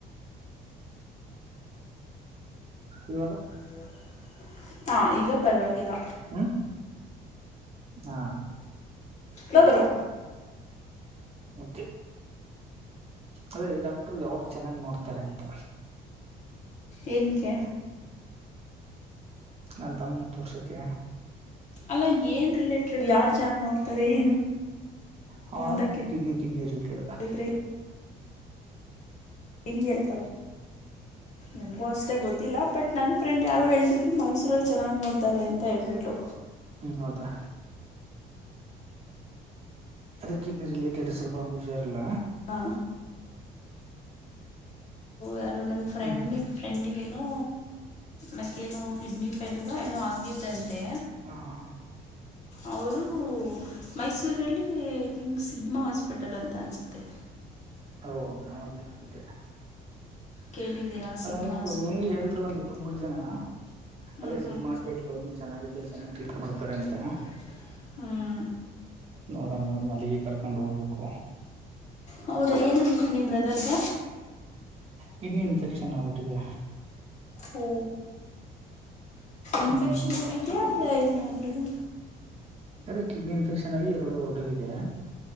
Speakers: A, on the right; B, on the left.
A: ಇವಾಗ
B: ಇ ಹಾಂ ಈಗ ಪರವಾಗಿಲ್ಲ
A: ಹ್ಮ್ ಹಾ
B: ಹೋಗರ
A: ಮತ್ತೆ ಅದೇ ಡಾಕ್ಟರು ಯಾವ್ ಚೆನ್ನಾಗ್ ನೋಡ್ತಾರೆ ಅಂತ
B: ಎಏನಕ್ಕೆ
A: ನಾನ್ ತಮ್ಮ ತೋರ್ಸಕ್ಕೆ
B: ಅಲ್ಲ ಏನ್ ರಿಲೇಟೆಡ್ ಯಾರ್ ಚೆನ್ನಾಗಿ ನೋಡ್ತಾರೆ ಏನು
A: ಹ
B: ಅಂತ
A: ಕಿಡ್ನಿ ಕಿಡ್ನಿ ರಿಲೇಟೆಡ್
B: ಕೇಳಿದ್ರೆ ಹಗೆಲ್ಲಕ ನನಗೂ ಅಷ್ಟೇ ಗೊತ್ತಿಲ್ಲ ಬಟ್ ನನ್ನ ಫ್ರೆಂಡ್ ಯಾರು ಹೇಳ್ತಿದ್ರು ಮೈಸೂರಲ್ಲಿ ಚೆನ್ನಾಗಿ ನೋಡ್ತಾರೆ ಅಂತ ಹೇಳ್ಬಿಟ್ಟು
A: ಹ್ಮ್ ಹೌದಾ ಅದೇ ಕಿಡ್ನಿ ರಿಲೇಟೆಡ್ ಸ್ವಲ್ಪ ಒಂದ್ಖುಷಾರ ಇಲ್ಲ
B: ಹಾ ಯಾರು ನನ್ನ ಫ್ರೆಂಡ್
A: ಹ್ಮ್
B: ಫ್ರೆಂಡಗೇನು ನೈಕ್ ಏನು ಕಿಡ್ನಿ ಫೈಲ್ಗ ಏನೋ ಆಗಿತ್ತಂತೆ
A: ಹಾ ಹಾ ಹಾ
B: ಅವರು ಮೈಸೂರಲ್ಲಿ ನಿಮ್ಗೆ ಸಿಗಮಾ ಹಾಸ್ಪಿಟಲ್ ಅಂತ ಅನಿಸುತ್ತೆ
A: ಹೌದಾ ಓಕೆ ಓಕೆ.
B: ಕೇಳಿದ್ದೀರಾ ಸಿಗ್ಹಾಸ್ಪೆಟಲ್
A: ನೋಡ್ಬೇಕು ಇವನ್ಗೆ ಹೇಳಿದ್ರು ಒಂದ್ ಇಬ್ರು ಮೂರ್ ಜನ
B: ಹ
A: ಅಲ್ಲೇ
B: ಹ್
A: ಸಿಗ್ಮಾ ಹಾಸ್ಪಿಟ್ಲ್ ಹೋಗಿ ಚೆನ್ನಾಗಿದೆ ಚೆನ್ನಾಗ್
B: ಚ ಮಾಡತಂತ
A: ಟ್ರೀಟ್ ಮಾಡ್ತಾರೆ ಅಂತ
B: ಹ್ಮ
A: ನೋಡೋಣವನ್ನ ಅಲ್ಲಿಗೆ ಕರ್ಕೊಂಡು ಹೋಗ್ಬೇಕು
B: ಹೌದಾ ಏನು ನಿಮ್ಮ ಬ್ರದರ್ಸ
A: ಕಿಡ್ನಿ ಇನ್ಫೆಕ್ಷನ್ ಆಗ್ಬಿಟ್ಟಿದೆ
B: ಓ
A: ಹ್ಮ್
B: ಇನ್ಫೆಕ್ಷನ್ ಆಗಿದ ಅಲ್ಲ ಏನದು
A: ಅದೇ ಕಿಡ್ನಿ ಇನ್ಫೆಕ್ಷನ್ ಆಗಿ ಎರಡು ಹೊರ್ಡಿದೆ